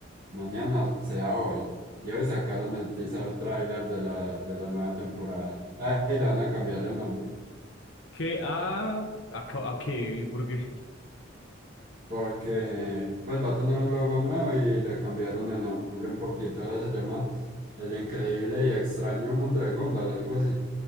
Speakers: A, on the right; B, on the left.
A: Mañana, o sea, hoy. Y hoy sacaron el teaser trailer de la, de la nueva temporada. Ahí le van a cambiar el nombre.
B: ¿Qué? Ah, ¿a, ca- a qué? ¿Y por qué?
A: porque pues va a tener un logo nuevo y le cambiaron el nombre un poquito, ahora se llama El Increíble y Extraño Mundo de Gumball, algo así.